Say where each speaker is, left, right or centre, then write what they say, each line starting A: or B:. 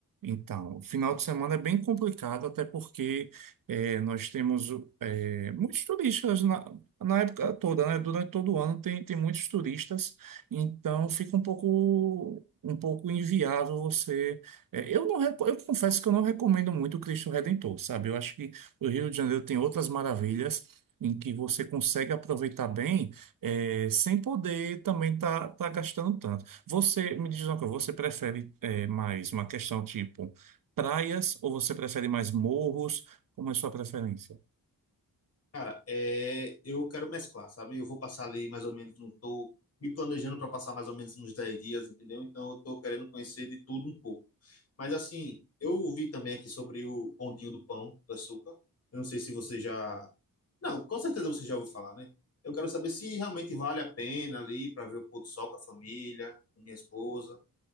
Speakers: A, on the right; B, on the left.
A: Então, o final de semana é bem complicado, até porque eh, nós temos eh, muitos turistas na, na época toda, né? Durante todo o ano tem, tem muitos turistas, então fica um pouco, um pouco inviável você. eh, eu não, reco- eu confesso que eu não recomendo muito o Cristo Redentor, sabe? Eu acho que o Rio de Janeiro tem outras maravilhas. Em que você consegue aproveitar bem, eh, sem poder também estar tá, tá gastando tanto. Você, me diz uma coisa, você prefere eh, mais uma questão tipo praias ou você prefere mais morros? Como é a sua preferência?
B: Cara, é, eu quero mesclar, sabe? Eu vou passar ali mais ou menos, estou me planejando para passar mais ou menos uns 10 dias, entendeu? Então eu tô querendo conhecer de tudo um pouco. Mas assim, eu ouvi também aqui sobre o bondinho do pão, do açúcar. Eu não sei se você já. Não, com certeza você já ouviu falar, né? Eu quero saber se realmente vale a pena ali para ver o pôr do sol com a família, com minha esposa.